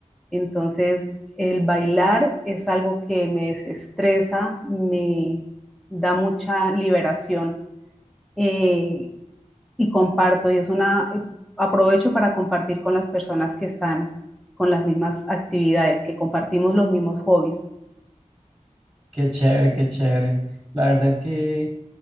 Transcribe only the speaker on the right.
Qué chévere, qué chévere. La verdad que...